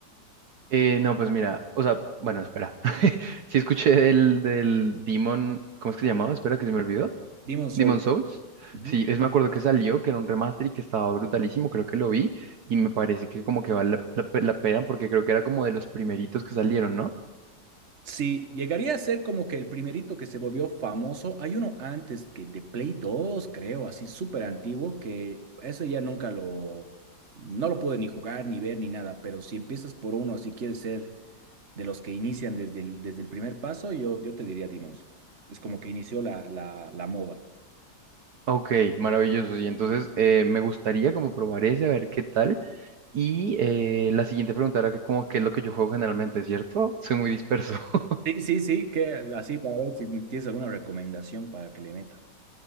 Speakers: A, on the right (about 65°); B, on the right (about 40°).
A: Eh, no, pues mira, o sea, bueno, espera. <laughs> Sí escuché del, del Demon, ¿cómo es que se llamaba? Espera, que se me olvidó.
B: Demon Soul.
A: Demon Souls.
B: Ujú.
A: Sí, es, me acuerdo que salió, que era un remaster y que estaba brutalísimo, creo que lo vi y me parece que como que vale la, la pe- la pena porque creo que era como de los primeritos que salieron, ¿no?
B: Sí, llegaría a ser como que el primerito que se volvió famoso. Hay uno antes que de Play 2, creo, así súper antiguo, que eso ya nunca lo, no lo pude ni jugar, ni ver, ni nada. Pero si empiezas por uno, si quieres ser de los que inician desde el, desde el primer paso, yo, yo te diría Demon Souls. Es como que inició la, la, la moda.
A: Ok, maravilloso. Sí, entonces eh, me gustaría como probar ese, a ver qué tal. Y eh, la siguiente pregunta era que como qué es lo que yo juego generalmente, ¿cierto? Soy muy disperso. <laughs>
B: Sí, sí, sí, que así para ver si tienes alguna recomendación para que le meta.